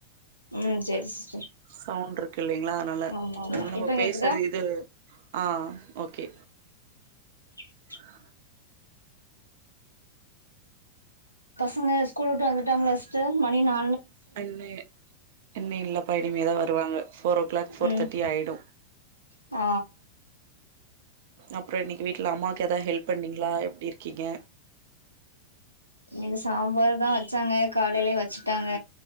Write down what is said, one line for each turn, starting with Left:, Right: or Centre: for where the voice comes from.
Left: ம் செரி சிஸ்
Right: சவுண்ட்ருக்கு இல்லைங்ளா அதனால
Left: ஆமா ஆமா
Right: ஏனா நம்ம
Left: இப்ப
Right: பேஸ்ற
Left: கேக்குதா
Right: இது ஆ ஓகே
Left: ஆ
Right: ஆஹ
Left: பசங்க ஸ்கூல் வுட்டு வந்துட்டாங்களா சிஸ்டர் மணி நா
Right: என்னே இன்னு இல்லபா இனிமேதா வருவாங்க ஃபோரோ கிளாக் ஃபோர்
Left: ம்
Right: தேட்டி ஆய்டு
Left: ஆ
Right: அப்ற இன்னைக்கு வீட்ல அம்மாக்கு எதா ஹெல்ப் பண்ணீங்ளா எப்டி இருக்கீங்க
Left: இங்க சாம்பார் தா வச்சாங்க காலையிலே வச்சிட்டாங்க